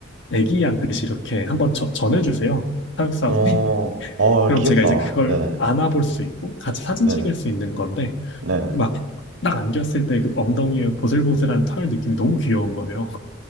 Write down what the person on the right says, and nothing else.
어, 어,
귀엽다.
네네,
네네,
네네.